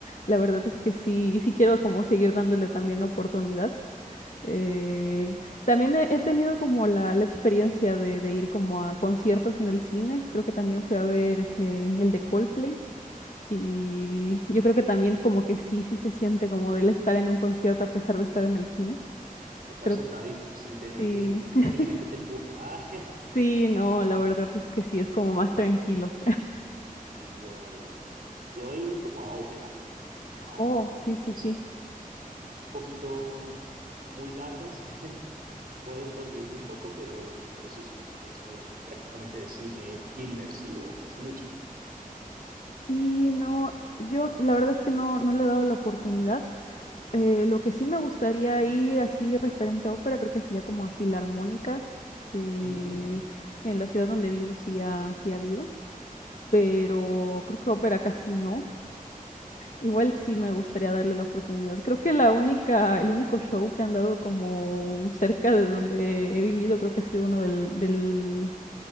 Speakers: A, on the left (about 60°); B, on the right (about 85°).
A: la verdad es que sí, sí quiero como seguir dándole también la oportunidad. Eh, también he, he tenido como la, la experiencia de, de ir como a conciertos en el cine. Creo que también fui a ver eh, el de Coldplay. Y yo creo que también como que sí, sí se siente como del estar en un concierto a pesar de estar en el cine.
B: Estar
A: Creo
B: sentadito
A: que
B: sin tener
A: sí.
B: que,
A: <laughs>
B: que la gente te empuje. Ay,
A: Sí, no, la verdad es que sí, es como más tranquilo.
B: <laughs> y toda la vida. Yo he ido como a ópera, a
A: Oh,
B: ópera,
A: sí, sí,
B: al
A: sí.
B: cine. Un poquito muy largas, <laughs> Puedes dormirte un poco, pero, pero sí es una experiencia de, prácticamente de cine inmersivo, es muy chévere.
A: Sí, no, yo la verdad es que no, no le he dado la oportunidad. Eh, lo que sí me gustaría ir así referente a ópera, creo que sería como a filarmónicas, que
B: Mm, ok.
A: en la ciudad donde vivo sí ha, sí ha habido, pero creo que ópera casi no. Igual sí me gustaría darle la oportunidad. Creo que la única, el único show que han dado como cerca de donde he vivido, creo que ha sido uno del, del